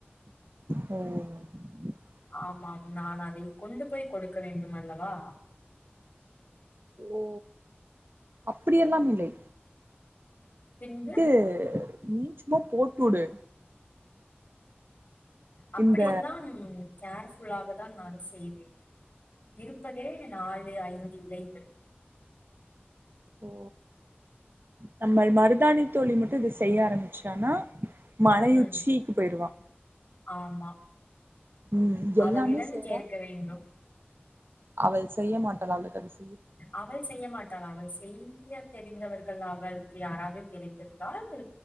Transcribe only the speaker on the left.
ஆமாம் நான் அதை கொண்டு போய் கொடுக்க வேண்டும் அல்லவா
பின்பு
அப்படியெல்லாம்
கேர்ஃபுல்லாக தான் நான் செய்வேன் இருப்பதே நாலு ஐந்து இலைகள்
ம்
ஆமா
அவளிடம்
கேர்க வேண்டும்
அவள் செய்ய மாட்டாளா அவள் செய் செய்ய தெரிந்தவர்கள் அவளுக்கு யாராவது தெரிந்திருந்தால்